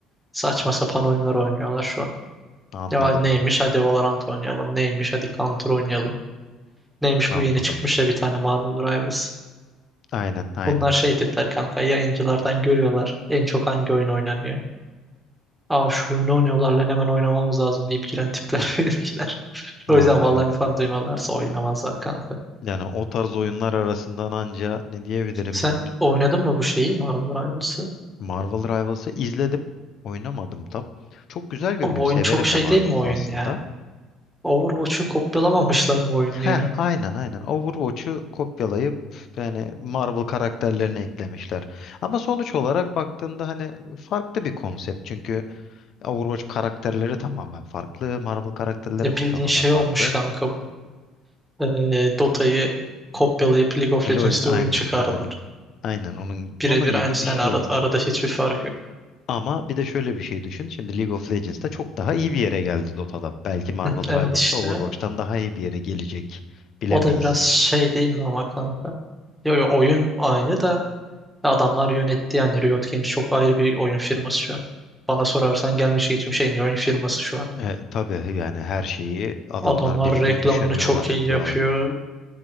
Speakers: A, in the centre; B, on the left (about 55°).
A: saçma sapan oyunlar oynuyorlar şu an.
B: Anladım,
A: Ya neymiş hadi Valorant oynayalım. Neymiş hadi Counter oynayalım. Neymiş
B: anladım.
A: bu yeni çıkmış ya bir tane Marvel Rivals.
B: Aynen, aynen.
A: Bunlar şey tipler kanka yayıncılardan görüyorlar. En çok hangi oyun oynanıyor. Aa şu oyunu oynuyorlar lan hemen oynamamız lazım deyip giren tipler <laughs> benimkiler. O
B: Anladım.
A: yüzden vallahi falan duymalarsa oynamazlar kanka.
B: Yani o tarz oyunlar arasından anca ne diyebilirim?
A: Sen oynadın mı bu şeyi Marvel Rivals'ı?
B: Marvel Rivals'ı izledim. Oynamadım tam. Çok güzel görünüyor.
A: Ama oyun
B: Severim
A: çok şey
B: de Marvel'ı
A: değil mi oyun
B: aslında.
A: ya? Overwatch'u kopyalamamışlar mı oyunu
B: Heh,
A: ya?
B: aynen aynen. Overwatch'u kopyalayıp yani Marvel karakterlerini eklemişler. Ama sonuç olarak baktığında hani farklı bir konsept. Çünkü Overwatch karakterleri tamamen farklı, Marvel karakterleri
A: Ya bildiğin
B: tamamen
A: şey
B: farklı.
A: olmuş kanka bu. Ee, Dota'yı kopyalayıp League of
B: LOL
A: Legends
B: aynen
A: diye oyun çıkardılar.
B: aynen aynen onun
A: Birebir
B: onun gibi
A: aynı
B: bir
A: yani
B: şey
A: arada,
B: olmuş.
A: arada hiçbir fark yok.
B: Ama bir de şöyle bir şey düşün. Şimdi League of Legends'ta çok daha iyi bir yere geldi Dota'dan. Belki
A: <laughs>
B: Marvel
A: Hı,
B: Rivals'ta
A: Evet işte.
B: Overwatch'tan daha iyi bir yere gelecek. Bilemeyiz.
A: O da biraz şey değil mi ama kanka? Yo yo oyun aynı da adamlar yönetti yani Riot Games çok ayrı bir oyun firması şu an. Bana sorarsan gelmiş geçmiş en iyi oyun firması şu an.
B: E, tabii yani her şeyi adamlar
A: Adamlar
B: birebir
A: reklamını
B: düşünüyorlar,
A: çok
B: yapıyorlar.
A: iyi yapıyor.